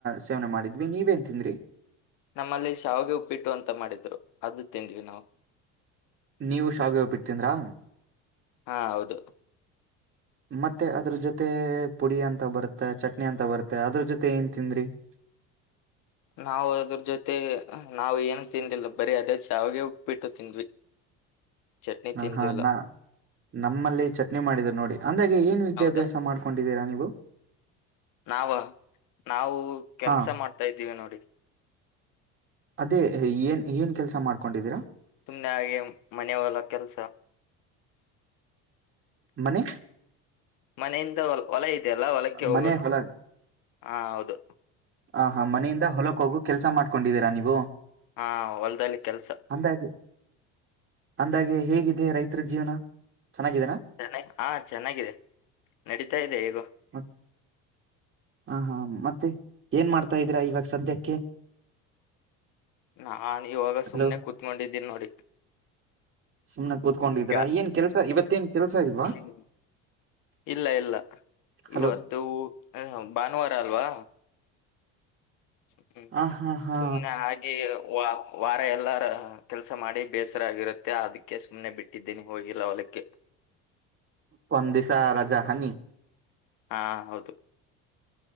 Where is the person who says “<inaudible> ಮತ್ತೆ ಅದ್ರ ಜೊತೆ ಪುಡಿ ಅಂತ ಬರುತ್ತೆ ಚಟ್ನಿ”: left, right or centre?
Right